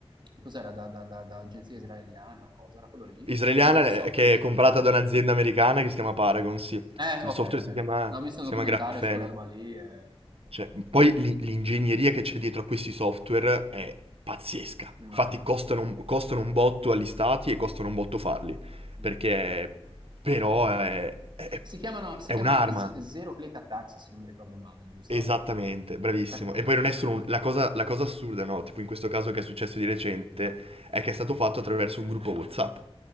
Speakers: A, on the right; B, on the right.
A: Cos'era? Da, da, da, da agenzie israeliane o cosa? Era quello lì?
B: israeliana
A: Era quel
B: le-
A: software
B: che
A: lì?
B: è comprata da un'azienda americana che si chiama Paragon, sì.
A: Eh,
B: Il
A: ok,
B: software
A: ok.
B: si chiama,
A: No, ho visto
B: si
A: un documentario
B: chiama Grafene.
A: su quella roba lì, eh,
B: Cioè, poi l'in- l'ingegneria che c'è dietro a questi software è pazzesca.
A: immagino.
B: Infatti costano, un- costano un botto agli stati e costano un botto farli,
A: Mm.
B: perché però è, è-
A: Si chiamano, si
B: è
A: chiamano
B: un'arma.
A: z- Zero Click Attacks, se non mi ricordo male, giusto?
B: Esattamente, bravissimo.
A: Per,
B: E poi non
A: per-
B: è solo un- la cosa, la cosa assurda, no? Tipo in questo caso che è successo di recente, è che è stato fatto attraverso un gruppo WhatsApp.